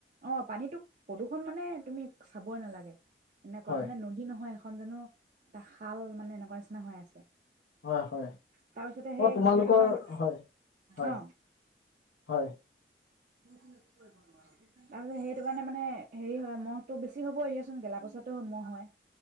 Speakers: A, on the right; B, on the left.
A: অ' পানীতোক প্ৰদূষণ মানে তুমি চাবই নালাগে এনেকুৱা
B: হয়
A: মানে নদী নহয় এ খন জানো এটা শাল মানে এনেকুৱা নিচিনা হৈ আছে।
B: হয়-হয়।
A: তাৰপিছতে সেই
B: অ' তোমালোকৰ
A: সেইটো কাৰণে
B: হয়-হয়-হয়।
A: অ তাৰপিছত সেইটো কাৰণে মানে হেৰি হয়, ম'হটো বেছি হ'বই দিয়াচোন, গেলা-পচাতো ম'হ হয়।